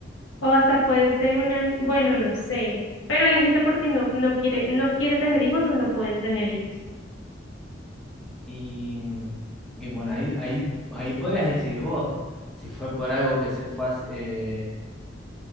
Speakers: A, on the left (about 85°); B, in the centre.
A: O hasta puede ser una, bueno, no sé. Pero la gente porque no, no quiere, no quiere tener hijos o no pueden tener hijos.
B: Y, mm, y bueno, ahí, ahí, ahí podrías decir vos, si fue por algo que se fue, a hac- eh,